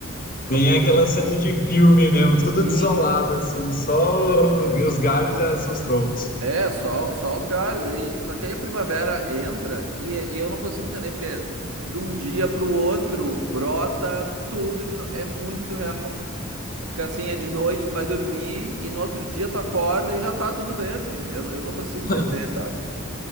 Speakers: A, on the right; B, on the left.
A: Fica
B: Tem aquela cena de filme mesmo, tudo
A: assim,
B: desolado, assim, só os galhos e as- os troncos.
A: É, só, só os galhos aí. Só que aí a primavera entra e, e eu não consigo entender porque de um dia para o outro brota tudo de novo. É muito surreal. É Porque assim, é de noite, tu vai dormir e no outro dia tu acorda e já tá tudo verde. Eu, eu não consigo
B: <laughs>
A: entender, sabe?